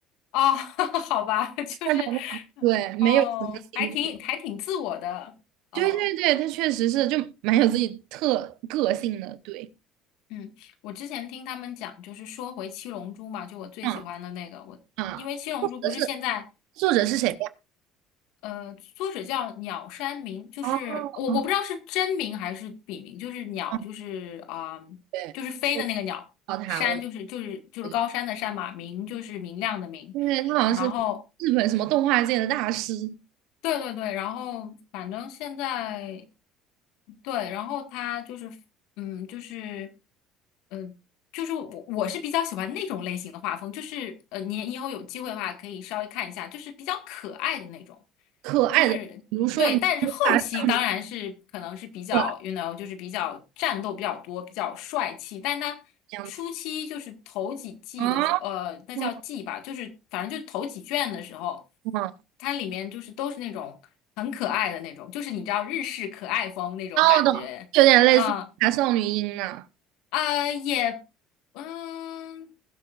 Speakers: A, on the left; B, on the right.
A: 哦，<laughs> 好吧，<laughs> 就是，
B: <laughs> 对，没有什么新作
A: 哦，还挺还挺自我的，
B: 对对对，
A: 哦，
B: 他确实是就蛮有自己特个性的。对，
A: 嗯，我之前听他们讲，就是说回《七龙珠》嘛，就我最喜欢的那个，
B: 嗯
A: 我因为《七龙珠》不是现在，
B: 啊，作者是作者是谁呀？
A: 呃，作者叫鸟山明，就是我我不知道是真名还是笔名，
B: 哦哦，
A: 就是鸟，
B: 哦
A: 就是啊、
B: 对，
A: 就是飞的那个鸟，
B: 我知道他，
A: 山就是就是就是高山的山嘛，
B: 我对。
A: 明就是明亮的明，
B: 因为他好像是
A: 然后。
B: 日本什么动画界的大师，
A: 对对对，然后反正现在对，然后他就是，嗯，就是，嗯。就是我我是比较喜欢那种类型的画风，就是呃，你以后有机会的话可以稍微看一下，就是比较可爱的那种，
B: 可爱的，
A: 就是对，
B: 比如说你无法少女
A: 但是后期当然是可能是比较，you
B: 可爱
A: know，就是比较战斗比较多，比较帅气，但他初期就是头几季的时候，
B: 这样子啊，
A: 呃，那叫季吧，
B: 哦，
A: 就是反正就头几卷的时候，
B: 哦
A: 它里面就是都是那种很可爱的那种，就是你知道日式可爱风那种感觉。
B: 我懂，有点类似大少女音呢
A: 啊呃，也，嗯，